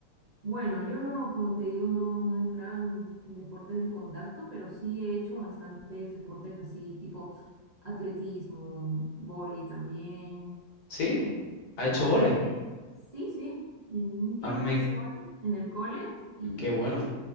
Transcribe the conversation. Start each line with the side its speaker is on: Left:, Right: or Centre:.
Right: bueno, yo no, como te digo, no, no entraba en, en deportes de contacto, pero sí he hecho bastantes deportes así, tipo atletismo, vóley también.
Left: ¿Sí?
Right: eh,
Left: ¿Ha
Right: bastante,
Left: hecho volei?
Right: sí, sí. en Un tiempo
Left: A mí me...
Right: hice
Left: en-
Right: vóley en el cole y
Left: Qué bueno.
Right: sí.